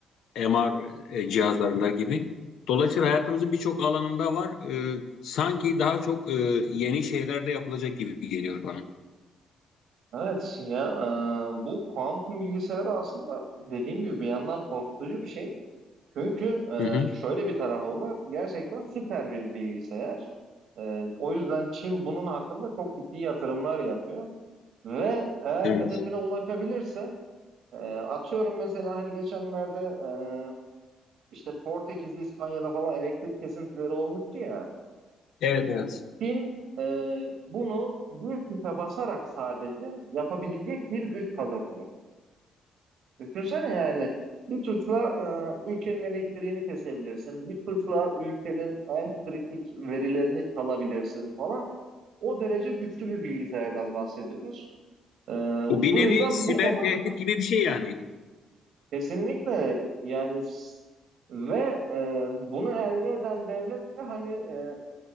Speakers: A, on the left; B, on the right.
A: MR e, cihazlarında gibi. Dolayısıyla hayatımızın birçok alanında var. E, sanki daha çok e, yeni şeyler de yapılacak gibi geliyor bana.
B: Evet ya e, bu kuantum bilgisayarı aslında dediğim gibi bir yandan korkutucu bir şey. Çünkü e,
A: Hı hı.
B: şöyle bir tarafı var. Gerçekten süper bir bilgisayar. E, o yüzden Çin bunun hakkında çok ciddi yatırımlar yapıyor. Ve eğer
A: Evet.
B: hedefine ulaşabilirse e, atıyorum mesela hani geçenlerde e, işte Portekiz'de İspanya'da falan elektrik kesintileri olmuştu ya.
A: Evet, evet.
B: Çin e, bunu bir tuşa basarak sadece yapabilecek bir güç kazanacak. Düşünsene yani bir tuşla e, ülkenin elektriğini kesebilirsin. Bir tuşla ülkenin en kritik verilerini çalabilirsin falan. O derece güçlü bir bilgisayardan bahsediyoruz. E,
A: Bu
B: bu
A: bir nevi
B: yüzden
A: siber
B: bu konu hakkında
A: tehdit gibi bir şey yani.
B: Kesinlikle yani s- ve e, bunu elde eden devlet de hani e,